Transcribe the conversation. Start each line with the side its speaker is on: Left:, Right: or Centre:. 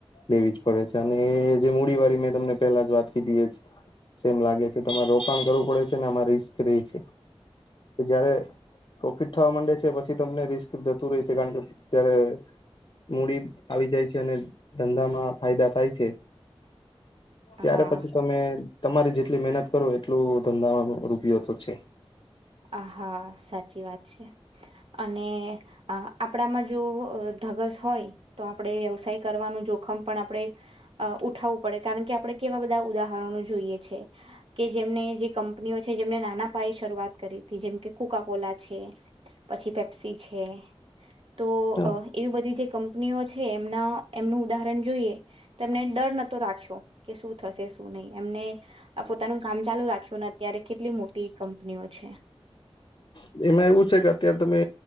Left: લેવી જ પડે છે અને જે મડી વાળી મેં તમને પેલા જ વાત કધી સેમ લાગે છે તમારે રોકાણ કરવું પડે છે ને આમાં રિસ્ક રે છે જ્યારે પ્રોફિટ થવા માંડે છે પછી તમને રિસ્ક જતું રહે છે કારણ કે જ્યારે મૂડી આવી જાય છે અને ધંધામાં ફાયદા થાય છે ત્યારે
Right: હા
Left: પછી તો મેમે તમારી જેટલી મહેનત કરો એટલું ધંધામાં રૂપિયો તો છે
Right: આ હા સાચી વાત છે અને આપણામાં જો હોય તો આપણેે વ્યવસાય કરવાનું જોખમ પણ આપણે ઉઠાવવું પડે કારણ કે આપણે કેવા બધા ઉદાહરણો જોઈએ છે કે જેમને જે કંપનીઓ છે જેમને નાના પાયે શરૂઆત કરી હતી જેમ કે કુકા કોલા છે પછી પેપ્સી છે તો
Left: હા
Right: એવી બધી જે કંપનીઓ છે એમના એમનું ઉદાહરણ જોઈએ તો એમને ડર નતો રાખ્યો કે શું થશે ું નહી એમને આ પોતાનું કામ ચાલુ રાખ્યુંને અત્યારે કેટલી મોટી કંપનીઓ છે
Left: હ એમાં એવું છે કે અત્યારે તમે